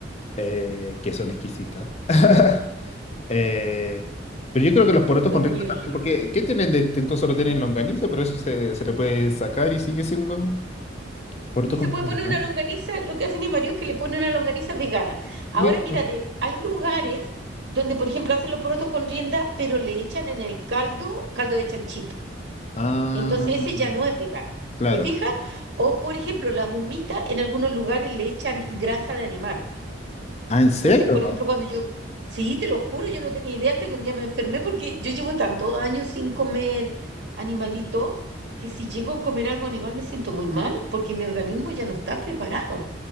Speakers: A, on the left; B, on the right.
A: eh, que son exquisitas. <laughs> Eh, pero yo creo que los porotos
B: Son
A: con rienda
B: muy
A: también,
B: ricos.
A: porque ¿qué tienen de distinto? Solo tienen longaniza, pero eso se, se le puede sacar y sigue siendo porotos
B: Y se
A: con
B: puede
A: rienda.
B: poner una longaniza, lo que hace mi marido es que le pone una longaniza vegana. Ahora
A: Listo.
B: mira, de, hay lugares donde, por ejemplo, hacen los porotos con rienda, pero le echan en el caldo, caldo de chanchito.
A: Ah,
B: Entonces ese ya no es vegano.
A: claro.
B: ¿Te fijas? O, por ejemplo, las humitas en algunos lugares le echan grasa de animal.
A: Ah, ¿en serio?
B: Entonces, por ejemplo, cuando yo, sí, te lo juro, yo no tenía idea hasta que un día me enfermé porque yo llevo tantos años sin comer animalito que si llego a comer algo animal me siento muy mal porque mi organismo ya no está preparado.